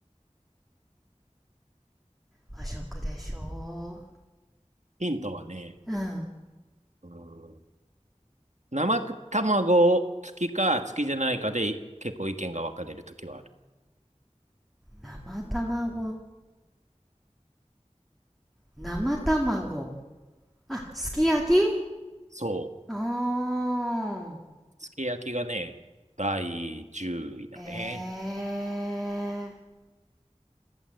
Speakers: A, in the centre; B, on the right.
A: 和食でしょ
B: ヒントはね、
A: ううん。
B: うん生卵付きか付きじゃないかで結構意見が分かれるときはある。
A: 生卵。生卵。あ、すき焼き
B: そう。
A: あ
B: すき焼きがね、第10位だね。
A: ー。えー。